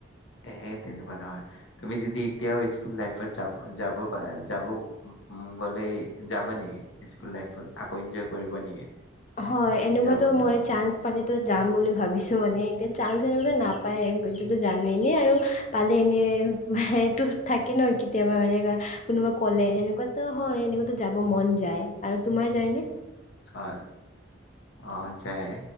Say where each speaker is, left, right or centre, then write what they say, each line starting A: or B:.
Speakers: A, on the left; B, on the left.
A: হে তেনেকুৱা নহয় তুমি যদি এতিয়াও স্কুল লাইফত যাব প যাব গলে যাবা নেকি স্কুল লাইফত আকৌ এনজয় কৰিবা নেকি
B: হয় এনেকুৱাতো
A: যাব দিলে
B: মই চান্স পালে যাম বুলি ভাবিছো মানে এতিয়া চান্স এনেকুৱা নাপায় এইটোতো জানো এনে আৰু পালে এনে এইটো থাকে ন কেতিয়াবা মানে কোনোবা কলে সেনেকুৱাতো হয় এনেকুৱো যাব মন যায় আৰু তোমাৰ যায় নে?
A: অ অ যয়